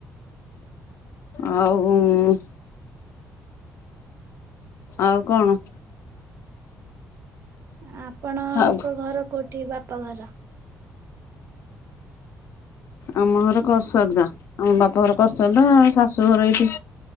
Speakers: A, on the left; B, on the right.
A: ଆଉ। ଆଉ କଣ?
B: ଆପଣଙ୍କ
A: ଆଉ
B: ଘର କୋଉଠି ବାପା ଘର?
A: ଆମ ଘର କସରଦା ଆମ ବାପା ଘର କସରଦା ଶାଶୁ ଘର ଏଇଠି।